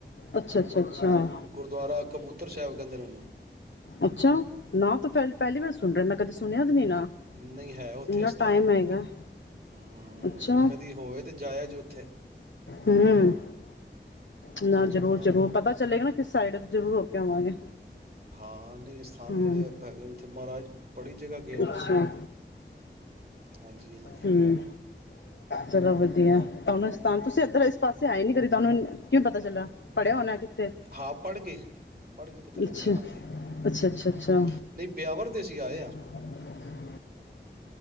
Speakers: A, on the left; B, on the right.
A: ਅੱਛਾ ਅੱਛਾ ਅੱਛਾ ਅੱਛਾ ਅੱਛਾ ਅੱਛਾ
B: ਗੁਰਦੁਆਰਾ ਕਬੂਤਰ ਸਾਹਿਬ। ਗੰਦਲਾਂ ਨੂੰ।
A: ਅੱਛਾ, ਨਾਂ ਤਾਂ ਫੇਰ ਪਹਿਲੀ ਵਾਰ ਸੁਣ ਰਿਹਾ, ਮੈਂ ਕਦੀ ਸੁਣ ਸੁਣਿਆ ਨੀ ਨਾ,
B: ਨਹੀਂ ਹੈ ਉੱਥੇ
A: ਨਾ
B: ਅਸਥਾਨ
A: ਟਾਈਮ ਹੈਗਾ,
B: ਹਮ
A: ਅੱਛਾ,
B: ਕਦੀ ਹੋਵੇ ਤੇ ਜਾਇਆ ਜੇ ਉੱਥੇ
A: ਹਮ, ਨਾ ਜ਼ਰੂਰ
B: ਹਾਂ
A: ਜ਼ਰੂਰ ਪਤਾ ਚੱਲੇਗਾ ਨਾ ਕਿਸ ਸਾਈਡ ਜ਼ਰੂਰ ਹੋਕੇ ਆਵਾਂਗੇ।
B: ਹਾਂ ਨਹੀਂ ਅਸਥਾਨ
A: ਹੂੰ
B: ਬੜੇ ਹੋਏ ਭੈਥ ਮਹਾਰਾਜ ਬੜੀ ਜਗ੍ਹਾ ਗਏ ਨੇ
A: ਅੱਛਾ।
B: ਹਾਂਜੀ ਹਾਂਜੀ
A: ਹੂ ਚਲੋ ਵਧੀਆ ਤੁਹਾਨੂੰ ਤਾਂ ਤੁਸੀਂ ਇੱਧਰ ਇਸ ਪਾਸੇ ਆਏ ਨੀ ਕਦੀ ਤੁਹਾਨੂੰ ਕਿਉਂ ਪਤਾ ਚੱਲ ਪੜ੍ਹਿਆ ਹੋਣਾ। ਕਿੱਥੇ
B: ਹਾਂ ਪੜ੍ਹ ਕੇ, ਪੜ੍ਹ ਕੇ ਪਤਾ ਲੱਗਦਾ
A: ਅੱਛਾ
B: ਹੈ। ਹਾਂਜੀ
A: ਅੱਛਾ ਅੱਛਾ
B: ਹਮ
A: ਅੱਛਾ
B: ਨਹੀਂ ਵਿਆਵਰ ਤੇ ਅਸੀਂ ਆਏ ਹਾਂ।
A: <inaudible>